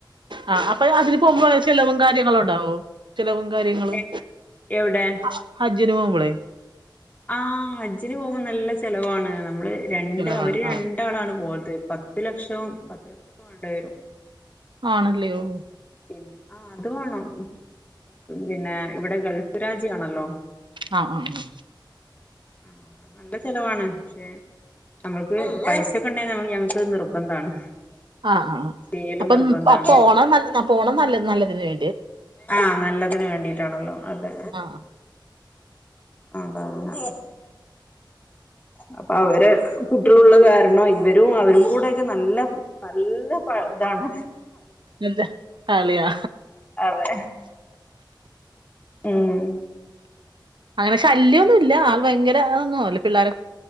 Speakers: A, on the right; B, on the left.
A: ആ അപ്പഴ് അതിന് പോവുമ്പോ ചെലവും കാര്യങ്ങളുണ്ടാവോ ചെലവും കാര്യങ്ങളും
B: എ എവിടെ
A: ആ ഹജ് ജിന് പോവ്മ്പളെ
B: ആ ഹജ്ജിന് പോവ്മ്പ നല്ല ചെലവാണ് നമ്മള് രണ്ട്
A: ചെലവാണ്
B: അവര് രണ്ടാളാണ്
A: ആഹ്
B: പോയത് പത്ത് ലക്ഷം പത്തു ലക്ഷക്ക വേണ്ടേരും
A: ആണല്ലേ ഓ
B: പിന്നെ ആ അത് വാണം പിന്നെ ഇവിടെ ഗൾഫ് രാജ്യാണല്ലോ
A: ആ ആ ആ
B: ആ അത് നല്ല ചെലവാണ് ക്ഷെ നമ്മൾക്ക് പൈസെക്ക ഉണ്ടേൽ നമ്മൾ ഞങ്ങക്ക് നിർബന്ധാണ്
A: ആ ആ ആ
B: ചെയ്യല്
A: അപ്പം
B: നിർബന്ധാണ്
A: ആ പോണം നൽ ആ പോണം നല്ലത് നല്ലതിന് വേ
B: ആ നല്ലതിന് വേണ്ടിട്ടാണല്ലോ അതെ
A: ആഹ്
B: അതാണ് അപ്പ അവര് കുട്ടില്ള്ള കാരണം ഇവരും അവരും കൂടെയെക്ക നല്ല നല്ല പ താണ്
A: എന്ത്‌ കളിയാ
B: അതെ ഉം
A: അങ്ങനെ ശല്ല്യൊന്നു ഇല്ല ആൾ ഭയങ്കര അതൊന്നും പിള്ളാര്